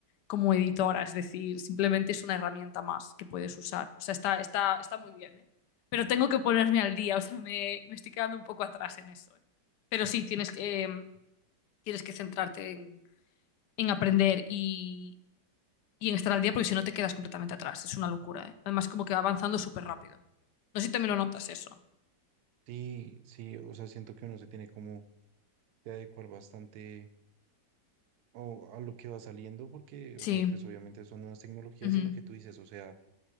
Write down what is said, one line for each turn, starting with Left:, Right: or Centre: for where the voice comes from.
Left: como editora. Es decir, simplemente es una herramienta más que puedes usar. O sea, está, está, está muy bien, ¿eh? Pero tengo que ponerme al día. O sea, me, me estoy quedando un poco atrás en eso, ¿eh? Pero sí, tienes que, eh, tienes que centrarte en en aprender y, y en estar al día, porque si no te quedas completamente atrás. Es una locura, ¿eh? Además, como que va avanzando súper rápido. No sé si también lo notas eso.
Right: Sí, sí, o sea, siento que uno se tiene como que adecuar bastante o, a lo que va saliendo, porque,
Left: Sí,
Right: o sea, pues obviamente son nuevas tecnologías
Left: ujú.
Right: y lo que tú dices, o sea,